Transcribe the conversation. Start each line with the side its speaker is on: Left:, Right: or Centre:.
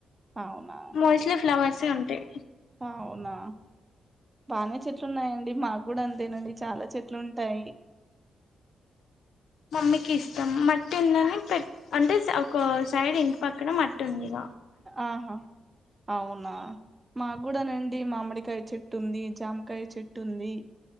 Right: అవునా
Left: మోస్ట్లీ ఫ్లవర్సే ఉంటాయి
Right: అవునా బానే చెట్లు ఉన్నాయండి మాకు కూడ అంతేనండి చాల చె <unintelligible>
Left: మమ్మీకి ఇష్టం మట్టి ఉంది అని <unintelligible> అంటే ఒక సైడ్ ఇంటి పక్కన మట్టు ఉందిగ
Right: ఆహా అవున మాకు గూడ నండి మామిడికాయ చె <unintelligible> జామకాయ చెట్టు ఉంది